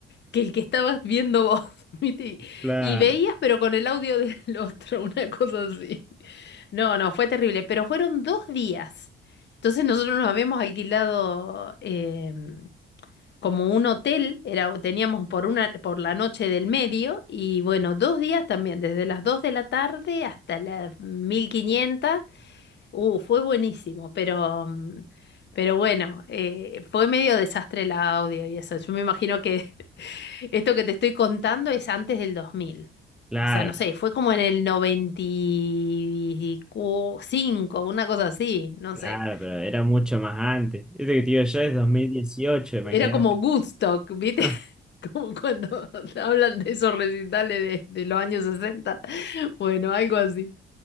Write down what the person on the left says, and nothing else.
que el que estabas viendo vos, <laughs> ¿viste? Y,
y veías, pero con el audio del otro, <laughs> una cosa así. No, no, fue terrible, pero fueron dos días. Entonces nosotros nos habíamos alquilado eh, como un hotel, era, teníamos por una, por la noche del medio, y bueno, dos días también, desde las 2 de la tarde hasta las 1500. Uh, fue buenísimo, pero, mm, pero bueno, eh, fue medio desastre el audio y eso. Yo me imagino que esto que te estoy contando es antes del 2000.
O sea, no sé, fue como en el 95, una cosa así, no
sé.
Era como Woodstock, ¿viste?
<laughs> Como cuando <laughs> hablan de esos recitales de, de los años 60. Bueno, algo así.